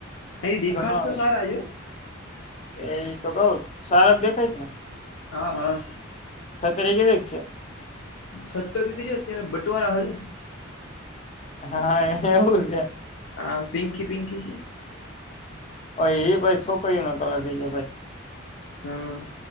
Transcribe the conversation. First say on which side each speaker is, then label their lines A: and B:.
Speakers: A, on the left (about 80°); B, on the left (about 35°).
A: અહી દેખાશ
B: ના
A: તો
B: આવે
A: સારાય ય.
B: એ તો કુંહુ સારા દખાયશને
A: હા હા
B: સતરેજ વક્સ સે
A: છતરધજ અત્યારે બટવારા હાલેસ
B: હા એવું છે
A: આ પિંકકી પિંકી છે
B: હ એ ભાઈ છોકરી ન કલર થઈ ગ ભાઈ.
A: હમ્મ